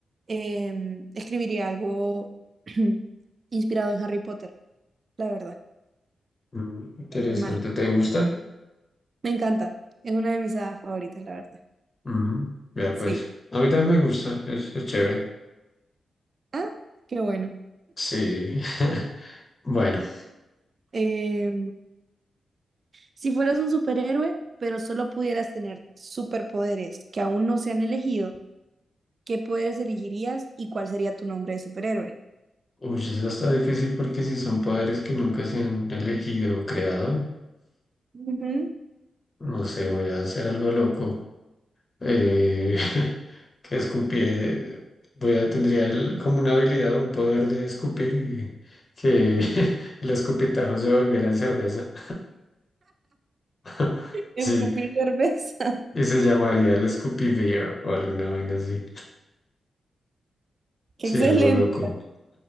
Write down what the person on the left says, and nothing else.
mm, interesante.
¿Te gusta?
Mm, vea
pues, a mí también me gusta, es, es chévere.
Sí. <laughs> Bueno,
uy, eso está difícil porque si son poderes que nunca se han elegido o creado,
no sé, voy a hacer algo loco. Eh, <laughs> que escupie, voy a, tendría el- como una habilidad o un poder de escupir y que <laughs> el escupitajo se volviera en cerveza. <laughs>
Sí.
Y se llamaría el Scoopy Beer o alguna vaina así.
Sí,
algo loco.